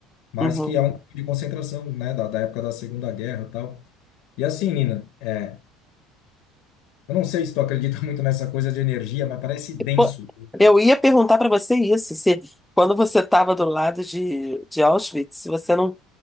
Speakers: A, on the left; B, in the centre.
A: mas
B: Uhum.
A: que é um campo de concentração, né, da, da época da Segunda Guerra e tal. E assim, Nina, é, eu não sei se tu acredita <laughs> muito nessa coisa de energia, mas parece denso
B: Pô,
A: né?
B: Eu ia perguntar para você isso, se quando você estava do lado de, de Auschwitz, se você não,